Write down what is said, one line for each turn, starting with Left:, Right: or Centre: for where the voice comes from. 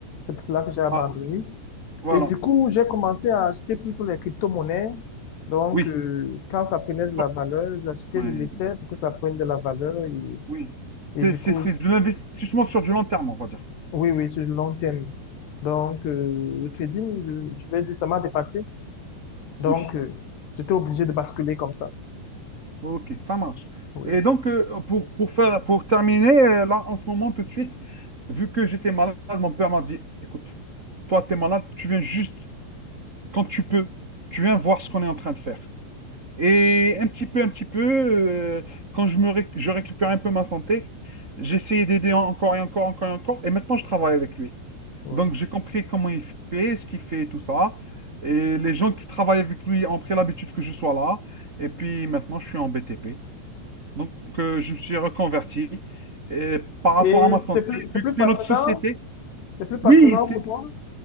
Left: C'est pour cela que j'ai abandonné.
Right: Ah, voilà.
Left: Et du coup, j'ai commencé à acheter plutôt les crypto-monnaies. Donc,
Right: Oui.
Left: euh, quand ça prenait de la
Right: Bon,
Left: valeur, j'achetais,
Right: Ouais.
Left: je laissais pour que ça prenne de la valeur. Et,
Right: Oui.
Left: et
Right: C'est
Left: du
Right: c'est-
Left: coup,
Right: c'est
Left: c-
Right: de l'investissement sur du long terme, on va dire.
Left: oui, oui, sur le long terme. Donc, euh, le trading, je, je vais dire, ça m'a dépassé. Donc,
Right: Oui.
Left: euh, j'étais obligé de basculer comme ça.
Right: Ok, ça marche.
Left: Oui,
Right: Et donc, euh, pour, pour faire, pour terminer, euh, là, en ce moment, tout de suite, vu que j'étais malade, mon père m'a dit, écoute, toi, tu es malade, tu viens juste quand tu peux, tu viens voir ce qu'on est en train de faire. Et un petit peu, un petit peu, euh, quand je me réc- je récupère un peu ma santé, j'essayais d'aider encore et encore, encore et encore. Et maintenant, je travaille avec lui.
Left: oui.
Right: Donc, j'ai compris comment il fait, ce qu'il fait, tout ça. Et les gens qui travaillent avec lui ont pris l'habitude que je sois là. Et puis maintenant, je suis en BTP. Donc, euh, je me suis reconverti. Et par rapport
Left: Et
Right: à ma santé,
Left: c'est plus, c'est
Right: vu
Left: plus
Right: que c'est
Left: passionnant,
Right: notre société,
Left: c'est plus passionnant
Right: oui, c'est
Left: pour toi?